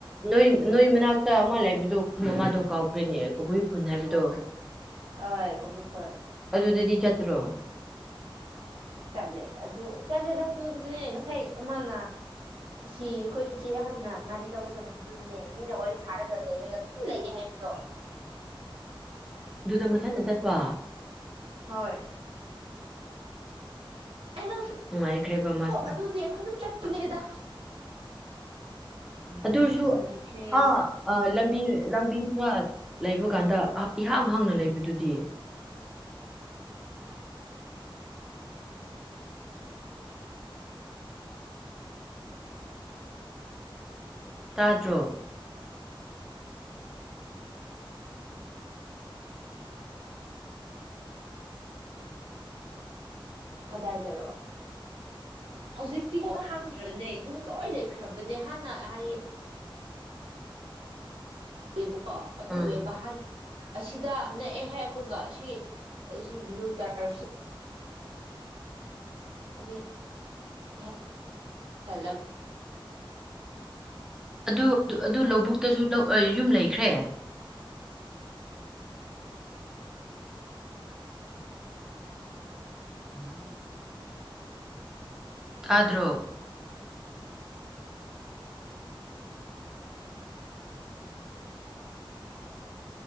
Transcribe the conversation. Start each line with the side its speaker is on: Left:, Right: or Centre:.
Centre: ꯅꯣꯏ ꯅꯣꯏ ꯃꯅꯥꯛꯇ ꯑꯃ ꯂꯩꯕꯗꯣ ꯈꯨꯟ ꯑꯃꯗꯣ ꯀꯥꯎꯈ꯭ꯔꯦꯅꯦ ꯀꯕꯨꯏ ꯈꯨꯟ ꯍꯥꯏꯕꯗꯣ
Right: ꯍꯣꯏ ꯀꯕꯨꯏꯈꯣꯏ
Centre: ꯑꯗꯨꯗꯗꯤ ꯆꯠꯇ꯭ꯔꯣ
Right: ꯆꯠꯂꯦ ꯑꯗꯨ ꯆꯠꯂꯦꯗ ꯑꯗꯨꯅꯦ ꯉꯁꯥꯏ ꯑꯃꯅ ꯁꯤ ꯑꯩꯈꯣꯏ ꯏꯆꯦ ꯑꯍꯟꯅ ꯉꯥꯔꯤ ꯂꯧꯕ ꯆꯠꯄꯗꯨꯗꯨꯗꯅꯦ ꯃꯤꯅ ꯋꯥꯔꯤ ꯁꯥꯔꯒ ꯂꯩꯔꯒ ꯑꯗꯨꯝ ꯂꯩ ꯍꯥꯏꯕꯗꯣ
Centre: ꯑꯗꯨꯗ ꯃꯊꯟꯇ ꯆꯠꯄ
Right: ꯍꯣꯏ ꯑꯩ ꯅꯪ
Centre: ꯅꯨꯡꯉꯥꯏꯈ꯭ꯔꯦꯕ ꯃꯥꯁꯦ
Right: ꯑꯗꯨꯗꯤ ꯑꯩꯈꯣꯏ ꯑꯗꯨꯝ ꯆꯠ ꯄꯨꯂꯤꯗ
Centre: ꯑꯗꯨꯁꯨ
Right: ꯅꯨꯡꯉꯥꯏꯈ꯭ꯔꯦ
Centre: ꯑ ꯂꯝꯕꯤ ꯂꯝꯕꯤ ꯈꯔ ꯂꯩꯕ ꯀꯥꯟꯗ ꯏꯍꯥꯡ ꯍꯥꯡꯅ ꯂꯩꯕꯗꯨꯗꯤ ꯇꯥꯗ꯭ꯔꯣ
Right: ꯀꯗꯥꯏꯗꯔꯣ ꯍꯧꯖꯤꯛꯇꯤ ꯍꯥꯡꯗ꯭ꯔꯕꯅꯦ ꯌꯨꯝ ꯂꯣꯏ ꯂꯩꯈ꯭ꯔꯕꯅꯦ ꯍꯥꯟꯅ ꯍꯥꯏꯌꯦ ꯑꯩꯕꯨꯛ ꯑꯣ ꯑꯩꯈꯣꯏ
Centre: ꯎꯝ
Right: ꯎꯋꯦ ꯍꯥꯟ ꯑꯁꯤꯗ ꯅꯛꯑꯦꯍꯦ ꯑꯩꯈꯣꯏ ꯁꯤ ꯕ꯭ꯂꯨ ꯇꯔ ꯁꯤ <unintelligible>
Centre: ꯑꯗꯨ ꯑꯗꯨ ꯂꯧꯕꯨꯛꯇꯁꯨ ꯌꯨꯝ ꯂꯩꯈ꯭ꯔꯦ ꯎꯝ <unintelligible> ꯇꯥꯗꯔꯣ